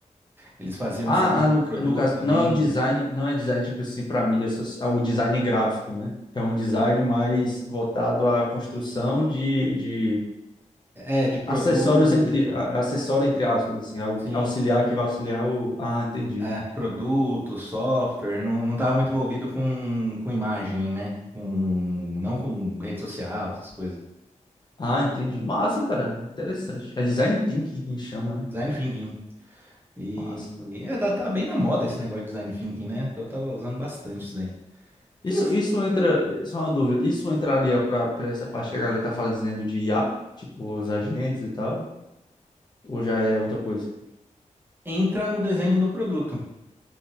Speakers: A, on the right; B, on the left.
A: eles faziam
B: Ah,
A: design
B: ah,
A: de
B: no,
A: produto
B: no caso,
A: também.
B: não é o design, não é design tipo assim para mídia social, é o design gráfico, né? É um design mais voltado à construção de, de
A: É, de produto,
B: acessórios entre, a- acessório entre aspas, assim, algo
A: sim.
B: que- auxiliar que vai auxiliar o. Ah, entendi,
A: É, produto, software, não, não estava muito envolvido com, com imagem, né? Com, não com rede social, essas coisas.
B: Ah, entendi. Massa, cara. Interessante. É design
A: É, le-
B: thinking que chama, né?
A: design thinking. E
B: Massa, cara.
A: e é, tá, tá bem na moda esse negócio de design thinking, né? Eu tava usando bastante isso daí.
B: Isso,
A: Que não f-
B: isso entra, eh, só uma dúvida, isso entraria para essa parte que a galera tá falando dizendo de IA, tipo os agentes e tal, ou já é outra coisa?
A: entra no desenho do produto.